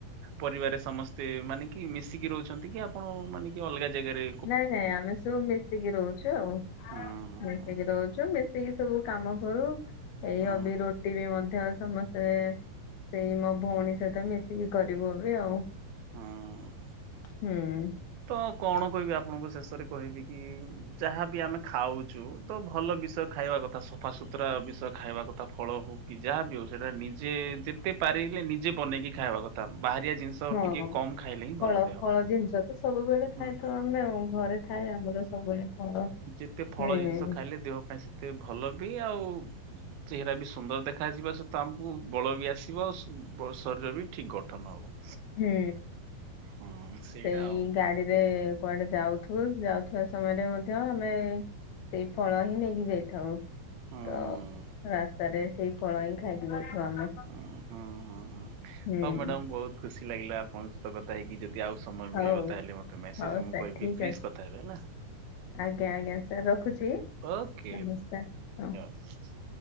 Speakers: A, on the right; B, on the left.
A: ପରିବାରରେ ସମସ୍ତେ ମାନେ କି ମିଶିକି ରହୁଛନ୍ତି କି ଆପଣ ମାନେ କି ଅଲଗା ଜେଗାରେ?
B: ନାଇଁ ନାଇଁ ଆମେ ସବୁ ମିଶିକି ରହୁଛୁ ଆଉ
A: ହଁ ହଁ
B: ମିଶିକି
A: ହଁ
B: ରହୁଛୁ ମି ସେଇ ସବୁ କାମ କରୁ ଏଇ
A: ହଁ
B: ଅବି ରୁଟି ବି ମଧ୍ୟ ସମସ୍ତେ ସେ ସେଇ ମୋ ଭଉଣୀ ସହିତ ମିଶିକି କରିବୁ ଏବେ ଆଉ।
A: ହଁ ହଁ।
B: ହୁଁ
A: ତ କଣ କହିବି ଆପଣଙ୍କୁ ଶେଷରେ କହିବି କି ଯାହାବି ଆମେ ଖାଉଛୁ ତ ଭଲ ବିଷୟ ଖାଇବା କଥା ସତ ସଫାସୁତୁରା ବିଷୟ ଖାଇବା କଥା ଫଳ ହେଉ କି ଯାହା ବି ହେଉ ସେଇଟା ନିଜେ ଯେତେ ପାରିଲେ ନିଜେ ବନେଇକି ଖାଇବା କଥା ବାହାରିଆ ଜିନିଷ
B: ହଁ
A: ଟିକେ କମ୍ ଖାଇଲେ ହିଁ ଭଲ
B: ଫଳ
A: ଦେହ
B: ଫଳ
A: ପାଇଁ
B: ଜିନିଷ ତ ସବୁବେଳେ
A: ହୁଁ
B: ଖାଇଥାଉ ଆମେ ଆଉ ଘରେ ଥାଏ ଆମର ସବୁବେଳେ ଫଳ।
A: ଯେତେ ଫଳ
B: ହୁଁ
A: ଜିନିଷ ଖାଇଲେ ଦେହ ପାଇଁ ସେତେ ଭଲ ବି ଆଉ ଚେହେରା ବି ସୁନ୍ଦର ଦେଖାଯିବା ସହିତ ଆମକୁ ବଳ ବି ଆସିବ ଆଉ ଶରୀର ବି ଠିକ ଗଠନ ହବ।
B: ହୁଁ
A: ହଁ ସେଇଟା
B: ସେଇ
A: ଆଉ
B: ଗାଡିରେ କୁଆଡେ ଯାଉଥୁ ଯାଉଥିବା ସମୟରେ ମଧ୍ୟ ଆମେ ସେଇ ଫଳ ହିଁ ନେଇକି ଯାଇଥାଉ।
A: ହୁଁ।
B: ତ ରାସ୍ତାରେ ସେଇ ଫଳ ହିଁ ଖାଇକି ଯାଉଥାଉ ଆମେ
A: ହୁଁ ହୁଁ ହୁଁ ହୁଁ।
B: ହୁଁ
A: ହଉ ମ୍ୟାଡାାମ ବହୁତ ଖୁସି ଲାଗିଲା ଆପଣଙ୍କ ସହିତ କଥା ହେଇକି ଯଦି ଆଉ ସମୟ
B: ହଉ
A: ମିଳିବ ତାହେଲେ ମତେ ମେସେଜରେ
B: ହଉ
A: ମୁଁ
B: ସାର୍
A: କହିବି
B: ଠିକ
A: ପ୍ଲିଜ୍
B: ଅଛି।
A: କଥା ହେବେ ହେଲା।
B: ଆଜ୍ଞା ଆଜ୍ଞା ସାର୍ ରଖୁଛି
A: ଓକେ
B: ନମସ୍କାର ହଁ!
A: <inaudible>